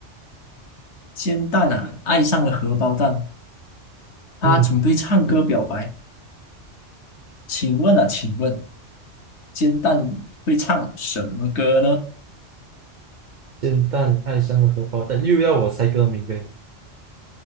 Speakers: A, on the left (about 70°); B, on the right (about 55°).
A: 煎蛋啊，爱上了荷包蛋，他准备唱歌表白。
B: 嗯，
A: 请问啊，请问，煎蛋会唱什么歌呢？
B: 煎蛋爱上了荷包蛋，又要我猜歌名呗？